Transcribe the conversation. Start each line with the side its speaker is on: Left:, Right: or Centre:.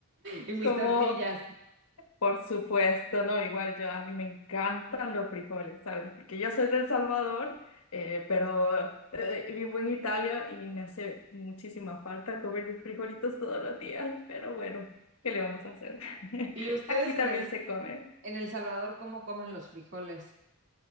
Right: Y mis
Left: Como,
Right: tortillas.
Left: por supuesto, no, igual yo, a mí me encantan los frijoles, ¿sabes? Porque yo soy del Salvador, eh, pero eh, eh, vivo en Italia y me hace muchísima falta comer mis frijolitos todos los días, pero bueno, ¿qué le vamos a hacer? <laughs>
Right: ¿Y ustedes
Left: Aquí
Right: en
Left: también
Right: el
Left: se come.
Right: en El Salvador cómo comen los frijoles?